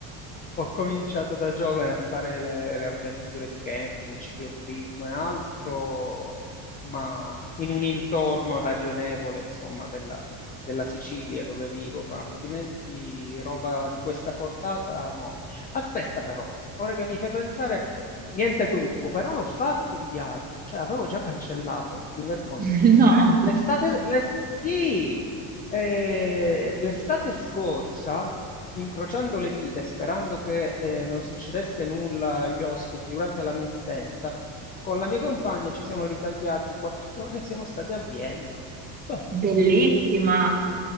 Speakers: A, on the left; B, on the right.
A: Ho cominciato da giovane a fare le, le avventure di camping, cicloturismo e altro, ma in un intorno ragionevole, insomma, della, della Sicilia dove vivo, ma altrimenti roba di questa portata no. Aspetta però, ora che mi fai pensare, niente gruppo, però l'ho fatto un viaggio, cioè avevo già cancellato, mi vergogno.
B: <laughs> No,
A: L'estate, l'es- sì, eh, l'estate scorsa incrociando le dita e sperando che eh, non succedesse nulla agli ospiti durante la mia assenza, con la mia compagna ci siamo ritagliati quattro giorni e siamo stati a Vienna. Beh,
B: bellissima!